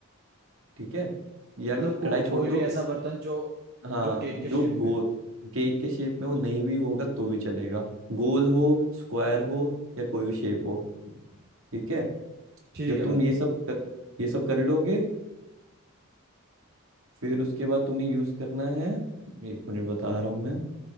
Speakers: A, on the right; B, on the right.
A: ठीक है या
B: मतलब को,
A: कढ़ाई छोड़
B: कोई
A: दो
B: भी ऐसा बर्तन जो
A: हाँ
B: जो केक के
A: जो
B: शेप
A: गोल
B: में हो
A: केक के शेप में वो नहीं भी होगा तो भी चलेगा गोल हो स्क्वायर हो या कोई भी शेप हो ठीक है
B: ठीक
A: जब
B: है
A: तुम
B: भाई
A: ये सब कर, ये सब कर लोगे फिर उसके बाद तुम्हें यूज करना है एक मिनट बता रहा हूँ मैं